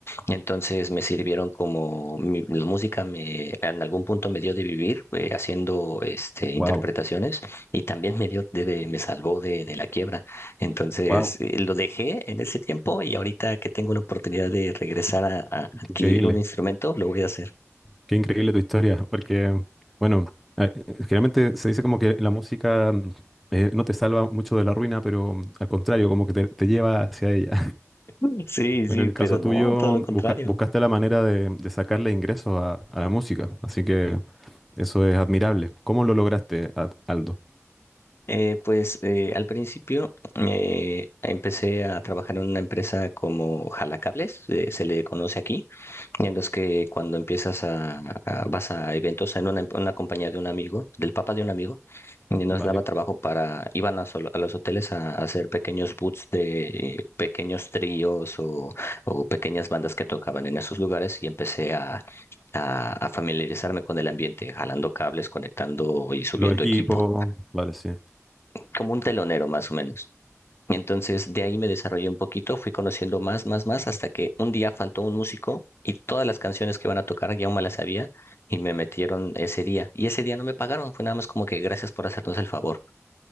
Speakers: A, on the left; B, in the centre.
A: Entonces me sirvieron como mi- la música me en algún punto me dio de vivir eh, haciendo este interpretaciones
B: Wow,
A: y también me dio de, de- me salvó de, de la quiebra. Entonces
B: wow,
A: eh, lo dejé en ese tiempo y ahorita que tengo la oportunidad de regresar a, a adquirir
B: qué increíble,
A: un instrumento, lo voy a hacer.
B: qué increíble tu historia, porque, bueno, eh, eh, generalmente se dice como que la música mm, eh, no te salva mucho de la ruina, pero mm, al contrario, como que te, te lleva hacia ella.
A: <laughs> Sí, sí,
B: Bueno, en el caso
A: pero no,
B: tuyo,
A: todo lo contrario.
B: busca- buscaste la manera de, de sacarle ingresos a, a la música, así que eso es admirable. ¿Cómo lo lograste, Ad- Aldo?
A: Eh, pues eh, al principio eh, empecé a trabajar en una empresa como jalacables, eh, se le conoce aquí. en los que cuando empiezas a, a- vas a eventos en una, una compañía de un amigo, del papá de un amigo, y nos
B: Vale,
A: daba trabajo para, iban a, solo- a los hoteles a, a hacer pequeños boots de pequeños tríos o, o pequeñas bandas que tocaban en esos lugares y empecé a, a, a familiarizarme con el ambiente, jalando cables, conectando y subiendo
B: los equipos,
A: equipo,
B: vale, sí.
A: como un telonero más o menos. Entonces, de ahí me desarrollé un poquito, fui conociendo más, más, más, hasta que un día faltó un músico y todas las canciones que iban a tocar ya me las sabía y me metieron ese día. Y ese día no me pagaron, fue nada más como que gracias por hacernos el favor.